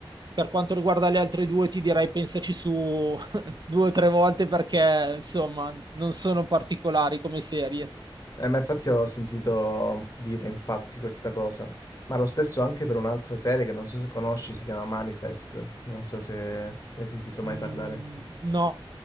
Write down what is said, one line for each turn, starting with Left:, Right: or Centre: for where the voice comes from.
Right: Per quanto riguarda le altre due, ti direi pensaci su <laughs> due o tre volte perché, insomma, non sono particolari come serie.
Left: Eh, ma infatti ho sentito dire infatti questa cosa, ma lo stesso anche per un'altra serie che non so se conosci, si chiama Manifest, non so se ne hai sentito mai
Right: Mm,
Left: parlare.
Right: no, non